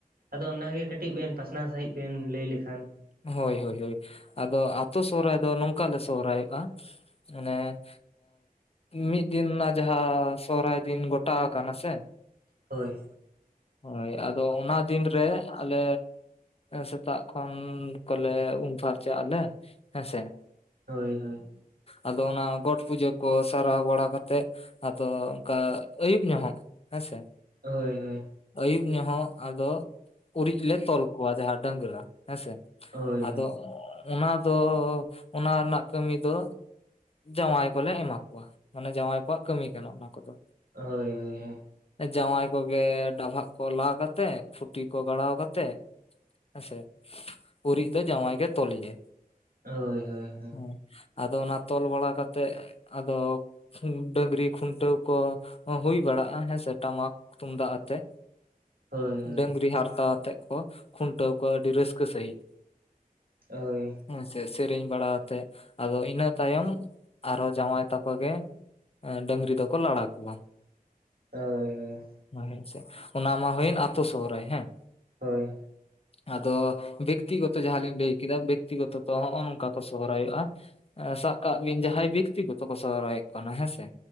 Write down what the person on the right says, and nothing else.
ᱟᱫᱚ ᱚᱱᱟᱜᱮ ᱠᱟᱹᱴᱤᱡ ᱵᱮᱱ ᱯᱟᱥᱱᱟᱣ ᱥᱟᱺᱦᱤᱡ ᱵᱮᱱ ᱞᱟᱹᱭ ᱞᱮᱠᱷᱟᱱ
ᱦᱳᱭ
ᱦᱳᱭ ᱦᱳᱭ
ᱦᱳᱭ ᱦᱳᱭ
ᱦᱳᱭ ᱦᱳᱭ
ᱦᱳᱭ ᱦᱳᱭ ᱦᱳᱭ
ᱦᱳᱭ ᱦᱳᱭ
ᱦᱳᱭ ᱦᱳᱭ ᱦᱳᱭ
ᱦᱳᱭ
ᱦᱳᱭ ᱦᱳᱭ
ᱦᱳᱭ